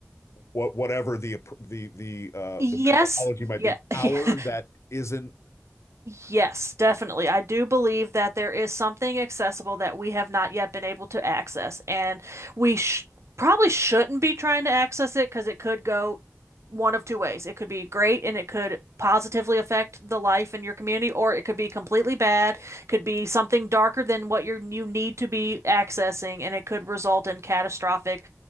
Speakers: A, on the left; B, on the right.
A: what whatever the the the uh,
B: Yes,
A: the methodology might
B: yeah,
A: be
B: <laughs>
A: power that isn't
B: yes, definitely. I do believe that there is something accessible that we have not yet been able to access, and we sh probably shouldn't be trying to access it because it could go one of two ways. It could be great and it could positively affect the life in your community, or it could be completely bad, could be something darker than what you you need to be accessing, and it could result in catastrophic